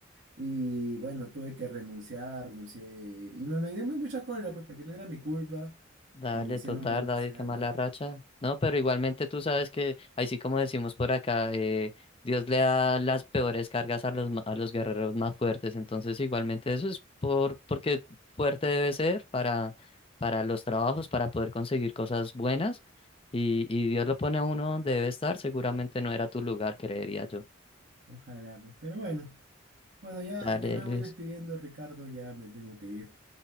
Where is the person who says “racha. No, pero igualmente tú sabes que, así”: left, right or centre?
Left